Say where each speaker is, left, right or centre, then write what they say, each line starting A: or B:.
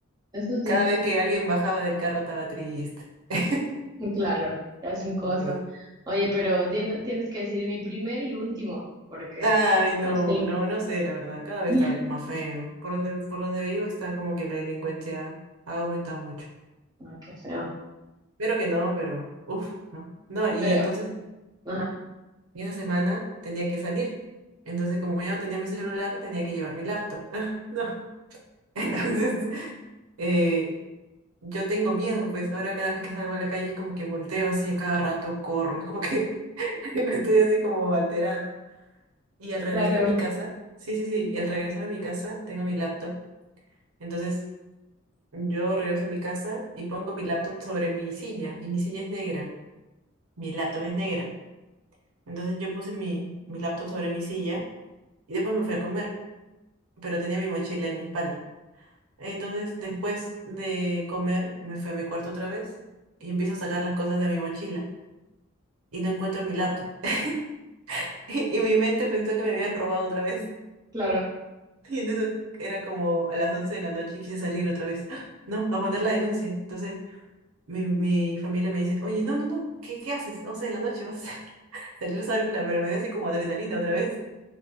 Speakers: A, on the right; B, on the right.
A: Eso sí,
B: Cada vez que alguien bajaba del carro estaba triste. <laughs>
A: muy claro, te hacen cosas.
B: De verdad.
A: Oye, pero tiene- tienes que decir mi primer y último, porque
B: Ay, no,
A: así.
B: no, no sé, la verdad, cada vez
A: <laughs>
B: está
A: Ay,
B: más feo. Por donde, por donde vivo está como que la delincuencia ha aumentado mucho.
A: qué feo.
B: Pero que no, pero, uff, no. No, y
A: Pero,
B: entonces,
A: ajá,
B: y esa semana tenía que salir. Entonces, como yo no tenía mi celular, tenía que llevar mi laptop. <laughs> No, entonces, eh, yo tengo miedo, pues ahora cada vez que salgo a la calle es como que volteo así a cada rato, corro, es como que <laughs> estoy así como alterada. Y al regresar
A: claro,
B: a mi casa, sí, sí, sí, y al regresar a mi casa tengo mi laptop. Entonces yo regreso a mi casa y pongo mi laptop sobre mi silla y mi silla es negra, mi laptop es negra. Entonces yo puse mi, mi laptop sobre mi silla y después me fui a comer, pero tenía mi mochila en mi espalda. Entonces después de comer me fui a mi cuarto otra vez y empiezo a sacar las cosas de mi mochila y no encuentro mi laptop. <laughs> Y mi mente pensó que me habían robado otra vez.
A: claro.
B: Y en eso era como a las 11 de la noche y quise salir otra vez. ¡Ah! No, a poner la denuncia. Entonces mi, mi familia me dice, oye, no, no, no, ¿qué, qué haces? once de la noche vas a <laughs> salir sola, pero me dio así como adrenalina otra vez.